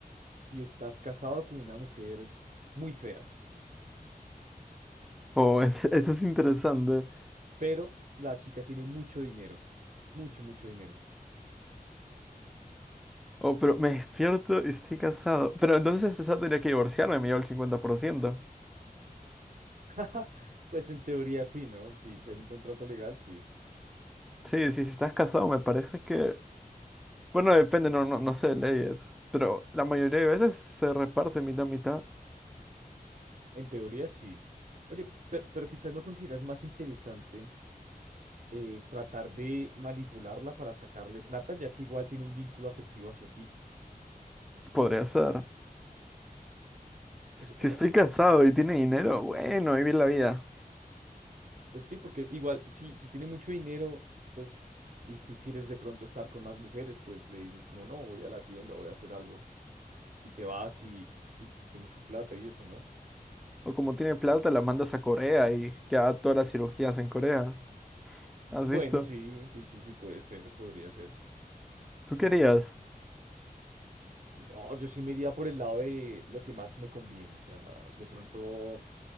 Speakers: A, on the right; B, in the centre.
A: y estás casado con una mujer muy fea,
B: O <laughs> es- eso es interesante.
A: pero la chica tiene mucho dinero, mucho, mucho dinero?
B: Oh, pero me despierto y estoy casado. Pero entonces este sábado tendría que divorciarme, me llevo el 50%.
A: <laughs> Pues en teoría sí, ¿no? Si, si hay un contrato legal, sí.
B: Sí, sí, si estás casado me parece que... Bueno, depende, no, no, no sé, leyes. Pero la mayoría de veces se reparte mitad, mitad.
A: En teoría sí. Oye, pero, pero quizás no consideras más interesante eh, tratar de manipularla para sacarle plata, ya que igual tiene un vínculo afectivo hacia ti.
B: Podría ser.
A: O se-
B: Si
A: o sea,
B: estoy casado y tiene dinero, bueno, vivir la vida.
A: pues sí, porque igual si, si tiene mucho dinero, pues, y tú quieres de pronto estar con más mujeres, pues le dices como, no, voy a la tienda, voy a hacer algo, y te vas y, y tienes tu plata y eso, ¿no?
B: O como tiene plata, la mandas a Corea y que haga todas las cirugías en Corea.
A: Bueno,
B: ¿Has visto?
A: sí, sí, sí, sí, puede ser, podría ser.
B: ¿Tú querías?
A: No, yo sí me iría por el lado de lo que más me conviene. O sea, de pronto,